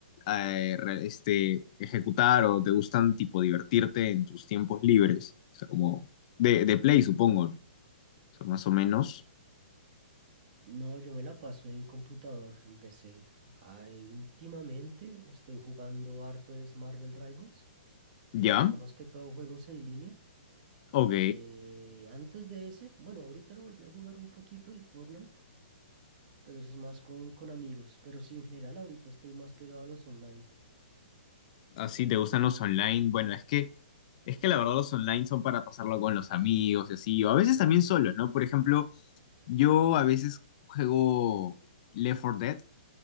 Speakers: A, on the left; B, on the right.
A: eh, re- este, ejecutar o te gustan, tipo, divertirte en tus tiempos libres? O sea, como de, de play, supongo, ¿no? O sea, más o menos.
B: No, yo me la paso en computador, en PC. Ay, últimamente estoy jugando harto es Marvel Rivals.
A: ¿Ya?
B: Me gusta más que todo juegos en línea.
A: Ok.
B: Eh, antes de ese, bueno, ahorita lo volví a jugar un poquito el Fortnite, pero eso es más con, con amigos. Pero sí, en general ahorita estoy más pegado a los online.
A: Así te gustan los online. Bueno, es que, es que la verdad los online son para pasarlo con los amigos y así, o a veces también solo, ¿no? Por ejemplo, yo a veces juego Left 4 Dead,